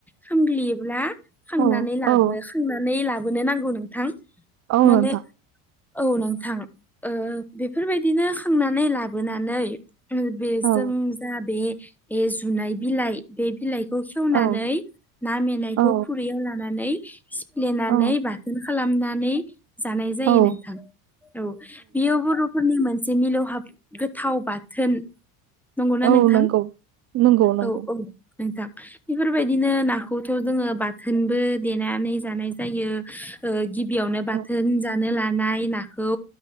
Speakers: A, in the centre; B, on the right.
A: खामग्लियोब्ला खांनानै
B: औ
A: लाबो
B: औ
A: खांनानै लाबोनो नांगौ नोंथां
B: औ
A: माने
B: नोंथां
A: औ नोंथां ओ बेफोरबायदिनो खांनानै लाबोनानै ओ बे
B: औ
A: जों जा बे जुनाय बिलाइ बे बिलाइखौ खेवनानै
B: औ
A: ना मेनायखौ
B: औ
A: खुरैयाव लानानै सिफ्लेनानै
B: औ
A: बाथोन खालामनानै जानाय जायो
B: औ
A: नोंथां औ बेयो बर'फोरनि मोन से मिलौहाब गोथाव बाथोन नंगौना
B: औ
A: नोंथां
B: नंगौ नंगौ नंगौ
A: औ - औ नोंथां बेफोरबायदिनो नाखौथ' जोङो बाथोनबो देनानै जानाय जायो गिबियावनो बाथोन
B: औ
A: जानो लानाय नाखौ